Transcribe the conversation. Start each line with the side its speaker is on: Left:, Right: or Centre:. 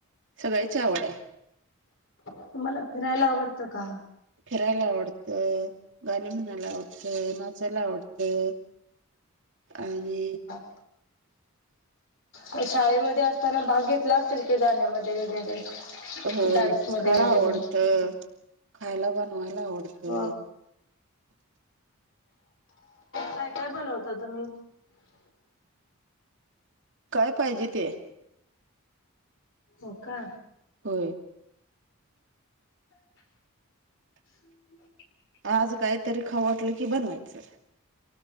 Right: सगळ्याची आवड आय.
Left: तुम्हाला फिरायला आवडतं का?
Right: फिरायला आवडतं, गाणे म्हणायला आवडतं, नाचायला आवडतं. आणि
Left: <inaudible> मी शाळेमध्ये असताना भाग घेतला असेल की गाण्यामध्ये वगैरे?
Right: होय
Left: डान्स मध्ये
Right: खरा
Left: वगैरे
Right: आवडत खायला बनवायला आवडतं.
Left: हो काय काय बनवता तुम्ही?
Right: काय पाहिजे ते.
Left: हो का.
Right: होय.
Left: <inaudible>
Right: आज काहीतरी खाऊ वाटलं की बनवायचं.